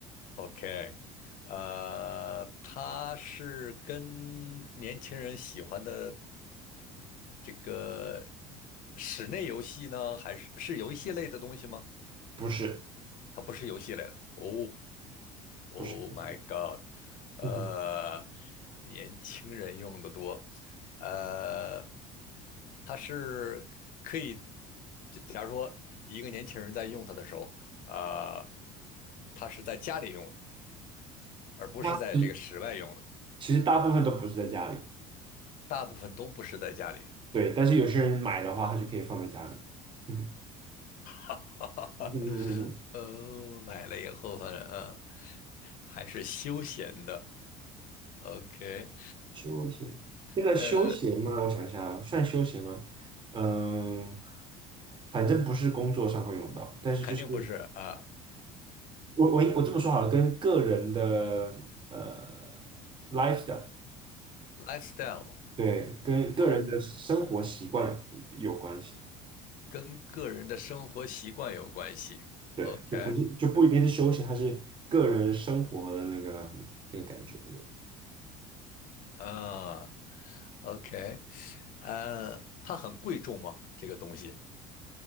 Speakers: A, on the left; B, on the right.
A: ？OK。呃，他是跟年轻人喜欢的这个室内游戏呢，还是是游戏类的东西吗？
B: 不是
A: 它不是游戏类的。哦，Oh
B: 不是不是，
A: my God，呃，
B: 嗯哼，
A: 年轻人用的多，呃，它是可以，就假如说一个年轻人在用它的时候，啊、他是在家里用的，而不是在这个室外用的，
B: 那其实大部分都不是在家里，
A: 大部分都不是在家里。
B: 对，但是有些人买的话，他就可以放在家里。嗯，
A: <laughs>
B: 嗯嗯嗯嗯，
A: 呃，买了以后，反正啊，呃还是休闲的。OK，
B: 休闲，这个休闲嘛，
A: 呃呃，
B: 我想一下啊，算休闲吗？嗯，反正不是工作上会用到，但是就是。
A: 肯定不是啊。
B: 我我我这么说好了，跟个人的呃 lifestyle，
A: OK，lifestyle
B: 对，跟个人的生活习惯有有关系，
A: 哦，跟个人的生活习惯有关系。
B: 对，
A: OK
B: 就不是就不一定是休闲，它是个人生活的那个这个感觉的，
A: 啊，OK，呃，它很贵重吗？这个东西